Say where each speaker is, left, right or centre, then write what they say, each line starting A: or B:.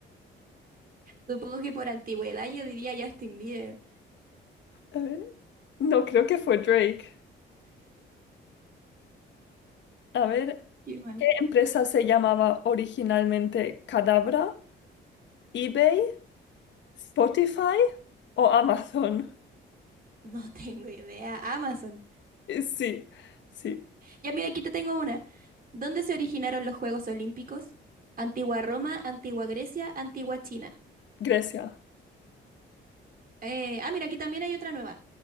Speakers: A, on the right; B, on the left.
A: Supongo que por antigüedad yo diría Justin Bieber.
B: A ver, no creo que fue Drake. A ver,
A: ¿Qué más?
B: ¿qué empresa se llamaba originalmente Cadabra? ¿eBay, Spotify o Amazon?
A: No <laughs> tengo idea. Amazon.
B: Eh, Sí, sí,
A: Ya mira, aquí te tengo una. ¿Dónde se originaron los Juegos Olímpicos? Antigua Roma, Antigua Grecia, Antigua China.
B: Grecia.
A: Eh, ah, mira, aquí también hay otra nueva.